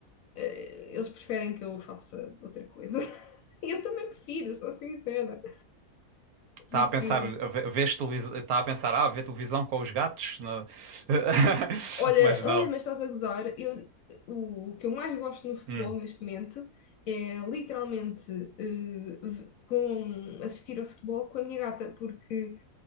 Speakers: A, on the left; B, on the right.
A: eh, eles preferem que eu faça outra coisa. <laughs> E eu também prefiro, sou sincera.
B: Está
A: Porque,
B: a pensar, a ve- vês televisão, está a pensar, ah, ver televisão com os gatos? Não. <laughs>
A: olha,
B: Mas não.
A: olha, mas estás a gozar, eu, o, o que eu mais gosto no futebol
B: Hum.
A: neste momento é literalmente eh, v- com, assistir ao futebol com a minha gata, porque